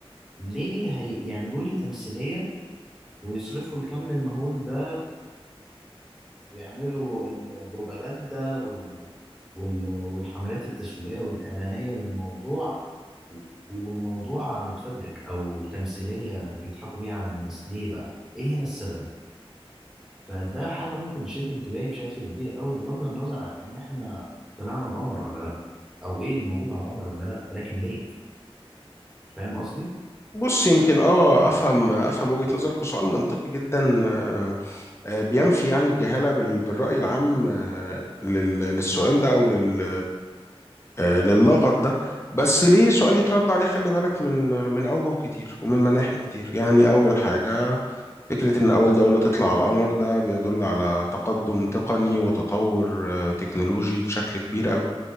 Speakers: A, in the centre; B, on the left.
A: ليه هيعملوا لي تمثيلية ويصرفوا الكم المهول ده ويعملوا البروباجندا وال... وال... والحملات التسويقية والإعلانية للموضوع والموضوع متفبرك أو تمثيلية بيضحكوا بيها على الناس ليه بقى؟ إيه هنا السبب؟ فده حاجة ممكن تشد انتباهي بشكل كبير قوي بغض النظر عن إن إحنا طلعنا القمر ولا لأ أو إيه اللي موجود على القمر ولا لأ ولكن ليه؟ فاهم قصدي؟
B: بص يمكن اه افهم افهم وجهة نظرك وسؤال منطقي جدا آه، آه، بينفي يعني الجهالة بال- بالرأي العام آه، لل- للسؤال ده او لل آه، للغط ده بس ليه سؤال يترد عليه خلي بالك من من اوجه كتير ومن مناحي كتير يعني اول حاجة فكرة ان اول دولة تطلع على القمر ده بيدل على تقدم تقني وتطور آه، تكنولوجي بشكل كبير قوي.